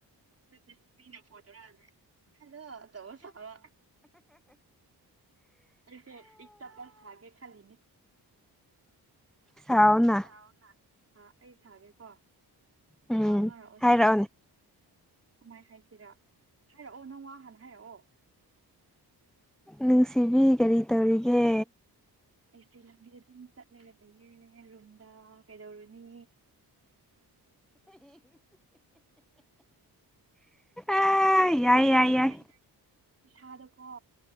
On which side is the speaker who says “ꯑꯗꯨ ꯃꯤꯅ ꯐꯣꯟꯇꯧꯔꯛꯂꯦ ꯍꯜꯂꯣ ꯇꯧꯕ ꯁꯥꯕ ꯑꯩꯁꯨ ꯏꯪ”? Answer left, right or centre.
Right